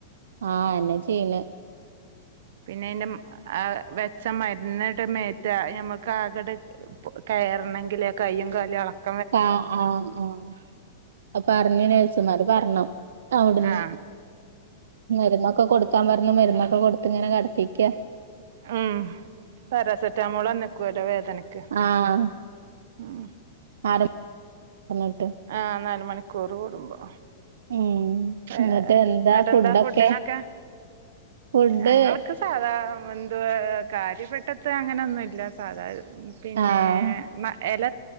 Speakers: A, on the right (about 80°); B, on the right (about 65°).
A: ആഹ് അതന്നെ ചെയ്യണ്
B: പിന്നെ അയ്ൻ്റെ ആ വെച്ച മരുന്നിടെ മേ ഞമക്ക് ആകട കെയറണെങ്കില് കയ്യും കാലും എളക്ക്
A: ആഹ് ആഹ് ആഹ് പറഞ്ഞ് നേഴ്സുമാര് പറഞ്ഞു അവിടുന്ന്
B: ആ
A: ഉം ഒക്കെ കൊടുക്കാൻ പറഞ്ഞു മരുന്നൊക്കെ കൊടുത്ത് ഇങ്ങനെ കെടത്തീക്കാ
B: ഉം പാരാസെറ്റാമോള് തന്നേക്കുവല്ലോ വേദനയ്ക്ക്
A: ആഹ്
B: ഉം
A: ആര <unintelligible> പറഞ്ഞിട്ട്
B: ആ നാല് മണിക്കൂർ കൂടുമ്പോ
A: ഉം
B: ഏ
A: എന്നിട്ട് എന്താ
B: ഏട്ടെന്താ
A: ഫുഡൊക്കെ,
B: ഫുഡിനൊക്കെ
A: ഫുഡ്
B: ഞങ്ങൾക്ക് സാധാ. എന്തുവാ. കാര്യപ്പെട്ടത് അങ്ങനെയൊന്നുമില്ല സാധാരണ പിന്നെ
A: ആഹ്
B: ഇല,